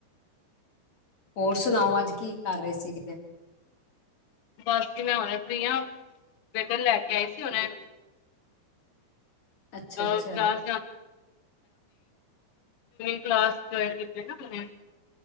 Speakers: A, on the left (about 35°); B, on the left (about 65°).
A: ਹੋਰ ਸੁਣਾਓ ਅੱਜ ਕੀ ਕਰ ਰਹੇ ਸੀ ਕਿਤੇ
B: ਬਸ ਜ ਮੈਂ ਹਣੇ ਫਰੀ ਹਾਂ ਬੇਧਰ ਲੈ ਕੇ ਆਈ ਸੀ ਉਹਨੇ <unintelligible>
A: ਅੱਛਾ
B: ਸਵਮਿੰ
A: ਅੱਛਾ,
B: ਕਲਾਸ ਜਇਨ ਨਾ ਉਹਨ